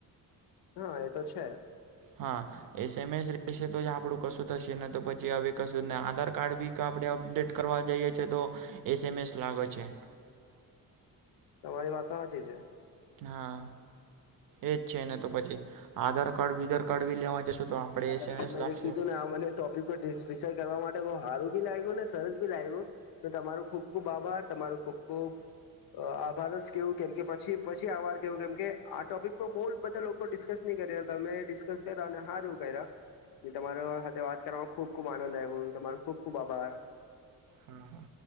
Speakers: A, on the left; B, on the right.
A: હા એ તો છે.
B: હા એસ એમ એસ રહેશે તો આપણું કશું થશે ને તો પછી હવે કશું આધાર કાર્ડ બી આપડણે અપડેટ કરવા જઈએ છે તો, એસ એમ એસ લાગે છે.
A: તમારી વાત સાચી છે.
B: હા, એજ છેને તો પછી, આધાર કાર્ડ બધર કાર્ડ બી લેવા જશો તો આપણે
A: હા
B: એસએમએસ લાગશે
A: જે કીધું ને આ મને ટોપિક પર કરવા માટે બ સારું ભી લાગ્યું ને સરસ ભી લાગ્યું. તમારું ખુબ ખુબ આભાર તમારોું ખુબ ખુબ આભાર જ કેવું કેમ કે પછી-પછી આવાર કેવું કેમ કે આ ટોપિક બહુ બધા લોકો ડિસ્કસ નહી કર્યા તમે ડિસ્કસ કર્યા અને હારુ. તમારો સાથે વાત કરવાવામાં ખુબ ખુબ આનંદ આવ્યો, તમારો ખુબ ખુબ આભાર.
B: હા-હા.